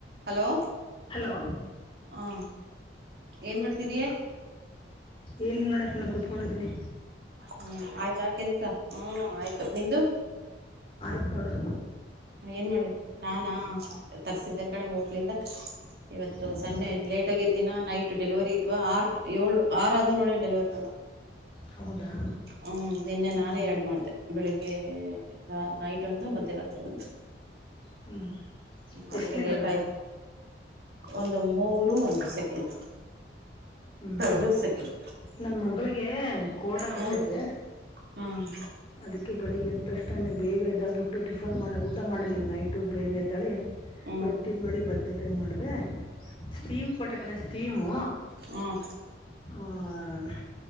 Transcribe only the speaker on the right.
Hello.
ಹಾ ಏನ್ ಮಾಡ್ತಿದಯ.
ಹ್ಮ್ ಆಯ್ತ ಆ ಕೆಲ್ಸ ಹ್ಮ್ ಆಯ್ತು ನಿಂದು.
ಏನ್ ಮಾಡಿದ್ದ ನಾನಾ ತರ್ಸಿದ್ದೆ ಕಣೆ ಹೋಟ್ಲಿಂದ. ಇವತ್ತು
ಸಂಡೆ ಲೇಟ್ ಆಗಿದ್ದಿನ ನೈಟ್ ಡೆಲಿವರಿ ಇದ್ ಆರ್ ಏಳು ಆರ್ ಆದೂ ನೋಡ ಡೆಲಿವರಿ ನಮ್ಮ.
ಹ್ಮ ನಿನ್ನೆ
ನಾನೇ ಎರಡು ಮಾಡದೇ. ಬೆಳಿಗ್ಗೆ ನೈಟ್ ಒಂದು ಮಧ್ಯ ರಾತ್ರಿ ಒಂದು.
ಅದಕ್ಕೆ
ಲೇಟ್
ಆಯ್ತು. ಒಂದು ಮೂರು ಒಂದು ಸೆಕೆಂಡ್.
ಎರಡು ಸೆಕೆಂಡ್
ಹ್ಮ್ ಹ್ಮ್
ಹ್ಮ್
ಹುಂ